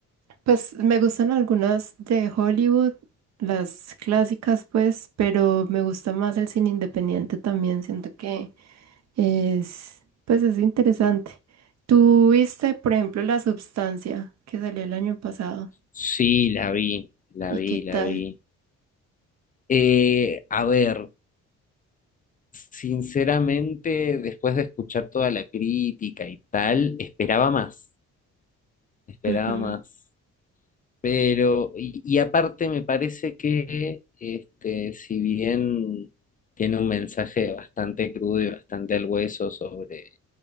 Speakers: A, on the right; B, on the left.
A: pues me gustan algunas de Hollywood, las clásicas pues, pero me gusta más el cine independiente también, siento que es, pues es interesante. ¿Tú viste, por ejemplo, La Substancia que salió el año pasado?
B: Sí, la vi, la
A: ¿Y
B: vi,
A: qué tal?
B: la vi. Eh, a ver, sinceramente, después de escuchar toda la crítica y tal, esperaba más, esperaba
A: Ujú.
B: más. Pero, y, y aparte me parece que, este, si bien tiene un mensaje bastante crudo y bastante al hueso sobre,